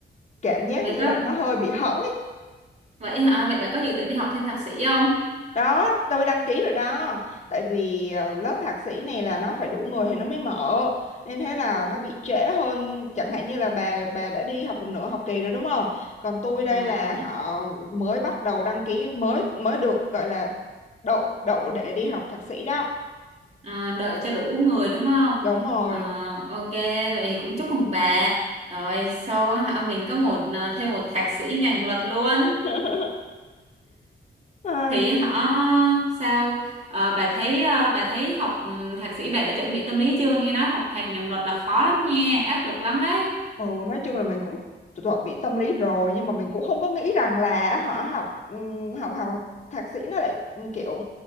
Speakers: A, on the left (about 40°); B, on the right (about 35°).
A: cảm giác
B: vậy
A: như
B: có
A: là nó hơi bị hẫng ấy
B: vậy hả vậy bà có dự định đi học thêm thạc sĩ không
A: đó tôi đăng ký rồi đó tại vì ờ, lớp thạc sĩ này là nó phải đủ người thì nó mới mở nên thế là nó bị trễ hơn chẳng hạn như là bà bà đã đi học nửa học kỳ rồi đúng không còn tôi đây
B: à,
A: là họ mới bắt đầu đăng ký mới mới được gọi là đậu đậu để đi học thạc sĩ đó
B: à, đợi cho đủ người đúng không
A: đúng rồi
B: Ờ, ok vậy thì cũng chúc mừng bà rồi sau hả mình có một ờ, thêm một thạc sĩ ngành luật luôn
A: <laughs> Ai,
B: thì hả sao Ờ, bà thấy ờ, bà thấy học ừ, thạc sĩ bà đã chuẩn bị tâm lý chưa nghe nói học thạc ngành luật là khó lắm nha áp lực lắm đấy
A: Ừ, nói chung là mình cũng chuẩn bị tâm lý rồi nhưng mà mình cũng không có nghĩ rằng là họ học ừm, học học thạc sĩ nó lại ừ, kiểu